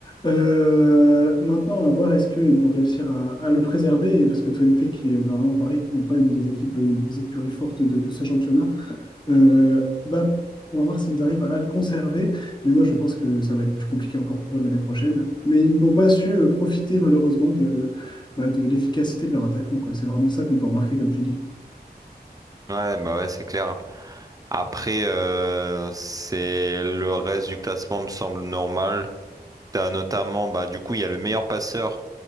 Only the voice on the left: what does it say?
Euh, maintenant, à voir est-ce qu'ils vont réussir à, à le préserver, et parce que Twente, qui est euh, normalement pareil, qui n'est pas une des équipes, une des écuries fortes de, de ce championnat, Euh, bah, on va voir s'ils arrivent à le conserver, mais moi je pense que ça va être plus compliqué encore pour eux l'année prochaine. Mais ils n'ont pas su euh, profiter malheureusement de, bah, de l'efficacité de leur attaquant, quoi. C'est vraiment ça qu'on peut remarquer, comme tu dis.